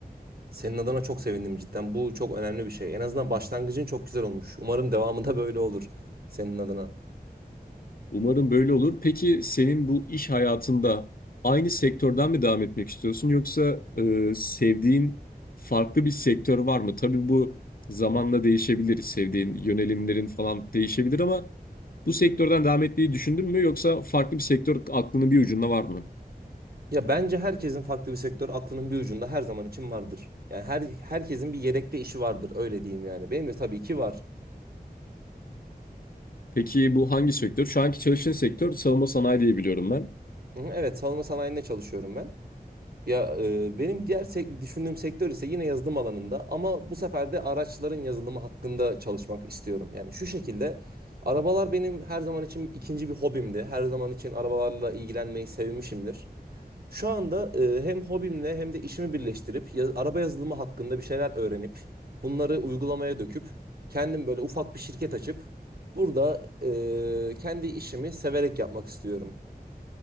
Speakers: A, on the right; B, on the left.
A: Senin adına çok sevindim cidden. Bu çok önemli bir şey. En azından başlangıcın çok güzel olmuş. Umarım devamı da böyle olur senin adına.
B: Umarım böyle olur. Peki senin bu iş hayatında aynı sektörden mi devam etmek istiyorsun yoksa e, sevdiğin farklı bir sektör var mı? Tabii bu zamanla değişebilir. Sevdiğin yönelimlerin falan değişebilir ama bu sektörden devam etmeyi düşündün mü yoksa farklı bir sektör aklının bir ucunda var mı?
A: Ya bence herkesin farklı bir sektör aklının bir ucunda her zaman için vardır. Yani her herkesin bir yedekte işi vardır öyle diyeyim yani. Benim de tabii ki var.
B: Peki bu hangi sektör? Şu anki çalıştığın sektör savunma sanayi diye biliyorum ben.
A: Hı hı, Evet, savunma sanayinde çalışıyorum ben. Ya e, benim diğer sek- düşündüğüm sektör ise yine yazılım alanında ama bu sefer de araçların yazılımı hakkında çalışmak istiyorum. Yani şu şekilde Arabalar benim her zaman için ikinci bir hobimdi. Her zaman için arabalarla ilgilenmeyi sevmişimdir. Şu anda e, hem hobimle hem de işimi birleştirip ya- araba yazılımı hakkında bir şeyler öğrenip bunları uygulamaya döküp kendim böyle ufak bir şirket açıp burada e, kendi işimi severek yapmak istiyorum.